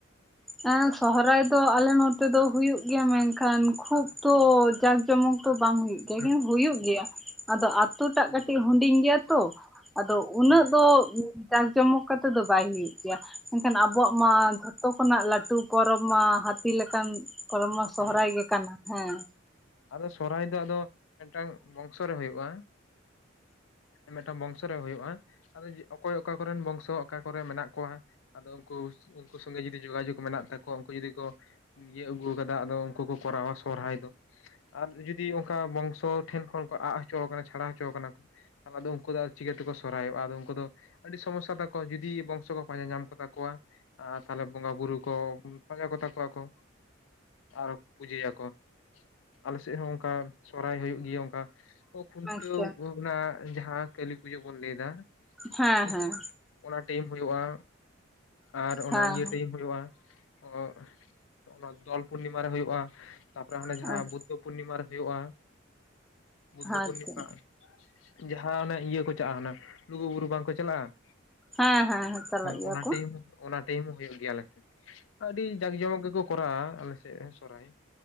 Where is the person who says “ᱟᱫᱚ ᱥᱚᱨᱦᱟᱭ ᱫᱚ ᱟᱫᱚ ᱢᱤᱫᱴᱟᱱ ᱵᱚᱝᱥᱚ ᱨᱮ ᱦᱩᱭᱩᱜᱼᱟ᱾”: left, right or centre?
Left